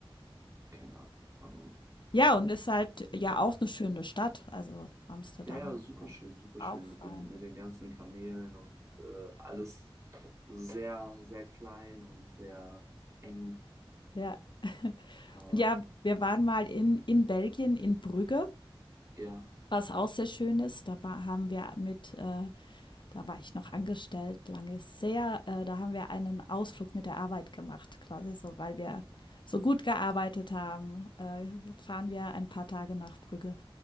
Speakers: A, on the right (about 35°); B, on the left (about 55°).
A: keine Ahnung,
B: Ja, und ist halt ja auch eine schöne Stadt. Also Amsterdam.
A: Ja, ja, super
B: Ja.
A: schön, super schön
B: Auch
A: mit
B: fein.
A: den, mit den ganzen Kanälen und äh, alles sehr, sehr klein und sehr eng.
B: Ja. <laughs>
A: Aber
B: Ja, wir waren mal in, in Belgien, in Brügge,
A: ja,
B: was auch sehr schön ist. Da war, haben wir mit äh, Da war ich noch angestellt, lange sehr. Äh, da haben wir einen Ausflug mit der Arbeit gemacht, quasi so, weil wir so gut gearbeitet haben, äh, fahren wir ein paar Tage nach Brügge.